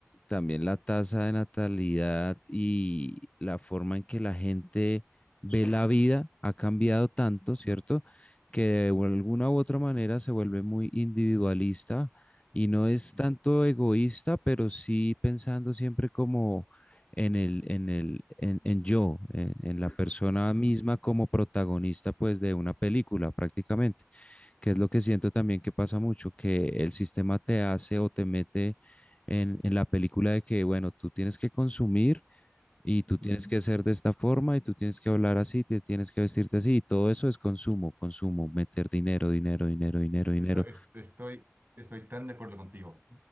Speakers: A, on the left; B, on the right.
A: también la tasa de natalidad y la forma en que la gente ve la vida ha cambiado tanto, ¿cierto?
B: Ujú,
A: Que de alguna u otra manera se vuelve muy individualista y no es
B: ujú,
A: tanto egoísta, pero sí pensando siempre como en el, en el, en, en yo, en en la persona
B: ujú.
A: misma como protagonista, pues, de una película prácticamente que es lo que siento también que pasa mucho, que el sistema te hace o te mete en, en la película de que, bueno, tú tienes que consumir y tú tienes
B: ujú.
A: que ser de esta forma y tú tienes que hablar así, te tienes que vestirte así y todo eso es consumo, consumo, meter dinero, dinero, dinero, dinero, dinero.
B: Esto- es- Estoy, estoy, tan de acuerdo contigo.